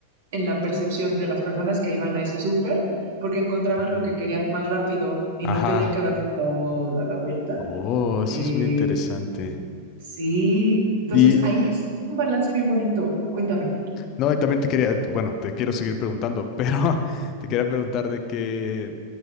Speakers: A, on the right; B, on the left.
A: en la percepción de las personas que iban a ese súper, porque encontraban
B: Ok.
A: lo que querían más rápido y
B: Ajá.
A: no tenían que darse toda la vuelta.
B: Oh,
A: Que
B: eso es muy interesante.
A: sí, entonces
B: Y
A: ahí es un balance bien bonito. Cuéntame.
B: no, y también te quería, bueno, te quiero seguir preguntando, pero <laughs> te quería preguntar de que